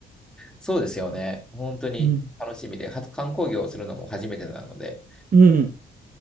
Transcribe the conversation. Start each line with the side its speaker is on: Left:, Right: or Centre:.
Centre: そうですよね。本当に楽しみで、
Right: うん。
Centre: は観光業をするのも初めてなので、
Right: うん。